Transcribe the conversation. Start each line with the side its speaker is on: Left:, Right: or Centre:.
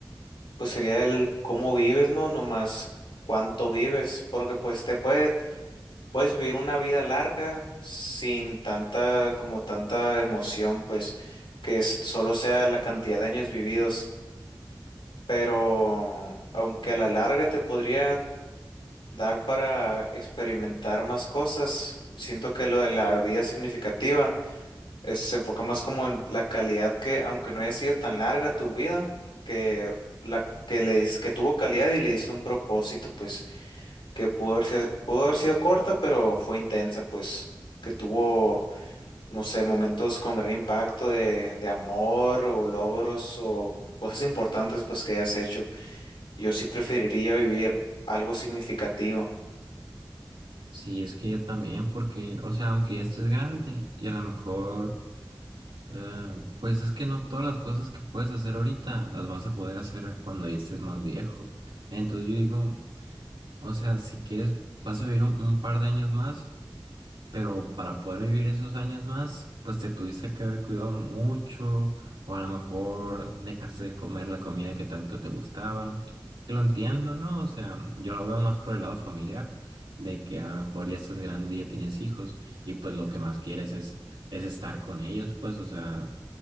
Left: pues sería el cómo vives, ¿no? No más cuánto vives, porque pues te puede, puedes vivir una vida larga sin tanta, como tanta emoción, pues que es- solo sea la cantidad de años vividos. pero aunque a la larga te podría dar para experimentar más cosas, siento que lo de la vida significativa es- se enfoca más como en la calidad que, aunque no haya sido tan larga tu vida, que la que le dis- que tuvo calidad y le diste un propósito, pues, que pudo haber, si- pudo haber sido corta, pero fue intensa, pues, que tuvo, no sé, momentos con gran impacto de, de amor o logros o cosas importantes, pues, que hayas hecho. Yo sí preferiría vivir algo significativo.
Right: Sí, es que yo también, porque, o sea, aunque ya estés grande y a lo mejor, eh, pues es que no todas las cosas que puedes hacer ahorita las vas a poder hacer cuando ya estés más viejo. Entonces yo digo, o sea, si quieres, vas a vivir un un par de años más. Pero para poder vivir esos años más, pues te tuviste que haber cuidado mucho, o a lo mejor dejaste de comer la comida que tanto te gustaba. Que lo entiendo, ¿no? O sea, yo lo veo más por el lado familiar, de que a lo mejor ya estás grande y ya tienes hijos, y pues lo que más quieres es, es estar con ellos, pues, o sea